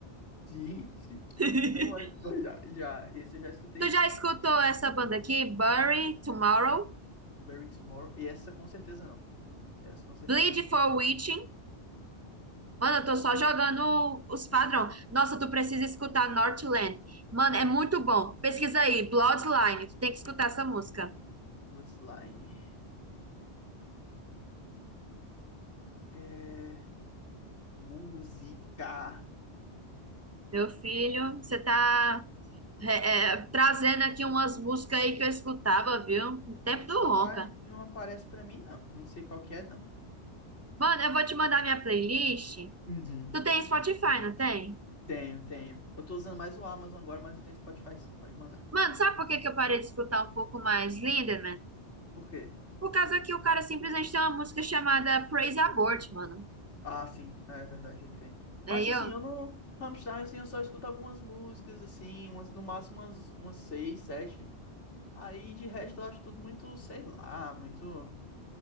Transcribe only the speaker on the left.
Sim, sim.
Não, mas <laughs> mas já, já. Esse eu já escutei
sim.
já.
Bury Tomorrow. E essa com certeza não. Essa com certeza
não.
Não.
Bloodline. É... Música.
Rapaz,
não aparece pra mim, não. Não sei qual que é, não.
Uhum.
Tenho, tenho. Eu tô usando mais o Amazon agora, mas eu tenho Spotify sim, pode mandar.
Por quê?
Ah, sim, é verdade, ele tem. Mas
assim,
eu não. Rammstein, assim, eu só escuto algumas músicas, assim, umas, no máximo umas, umas seis, sete. Aí de resto eu acho tudo muito, sei lá, muito.